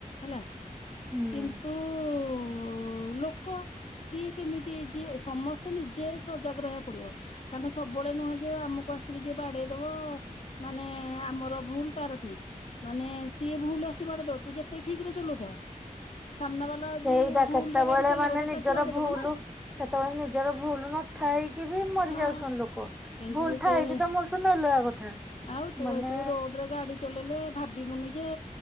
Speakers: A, on the left; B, in the centre.
A: ହେଲା
B: ହୁଁ
A: କିନ୍ତୁ ଉ ଲୋକ କିଏ କେମିତି ଯିଏ ସମସ୍ତେ ନିଜେ ସଜାଗ ରହିବାକୁ ପଡିବ। କାରଣ ସବୁବେଳେ ନୁହେଁ ଯେ ଆମକୁ ଆସିକି ଯିଏ ବାଡେଇ ଦବ ମାନେ ଆମର ଭୁଲ ତାର ଠିକ। ମାନେ ସିଏ ଭୁଲରେ ଆସିବାଡେଇ ଦବ ତୁ ଯେତେ ଠିକ ରେ ଚଲୋଉ ଥା ସାମ୍ନା ବାଲା ଲା ଯଦି
B: ସେଇଟା
A: ଭୁଲ
B: କେତେବେଳେ
A: ରେ ଗାଡି ଚଲେଇିବ
B: ମାନେ
A: ତୋତେ
B: ନିଜର
A: ଆସୀ ବାଡେଇ
B: ଭୁଲ
A: ଦବ ନା।
B: କେତେବେଳେ ନିଜର ଭୁଲ ନଥାାଇକି ବି ମରି
A: ହଁ
B: ଯାଉଛନ୍ତି ଲୋକ।
A: କିନ୍ତୁ
B: ଭୁଲ ଥାଇକି ତ <unintelligible> କଥା
A: ଆଉ ତୁ
B: ମାନେ
A: ହେତୁ ରୋଡରେ ଗାଡି ଚଲେଇଲେ ଭାବିବୁନୁ ଯେ